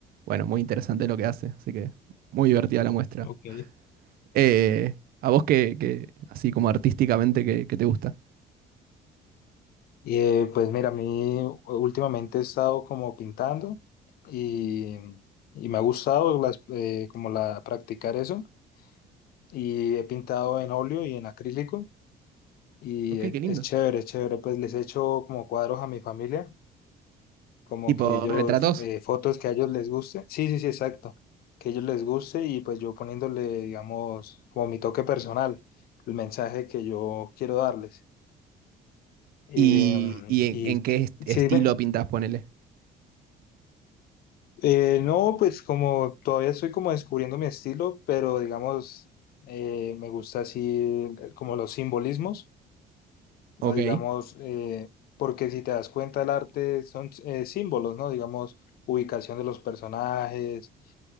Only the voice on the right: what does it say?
bueno, muy interesante lo que hace, así que muy divertida la muestra.
Eh, ¿a vos qué qué- así como artísticamente, qué, qué te gusta?
Ok,
qué lindo.
Tipo,
retratos.
¿Y, y en,
en qué est-
estilo
pintas, ponele?
Ok.